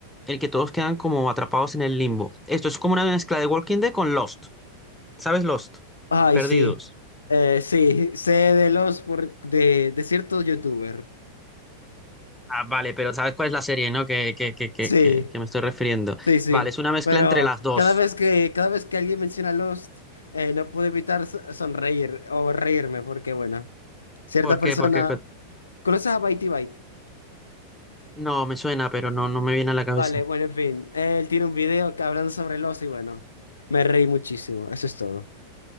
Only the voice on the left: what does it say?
Ay,
sí. Eh, sí, sé de los por... de, de ciertos youtuber.
Sí,
sí, sí.
Pero
cada vez que, cada vez que alguien menciona Lost, eh, no puedo evitar so- sonreír o reírme, porque bueno, cierta
persona.
¿Conoces a Bitey Bite?
Vale, bueno, en fin. Él tiene un video que- hablando sobre el oso y bueno, me reí muchísimo. Eso es todo.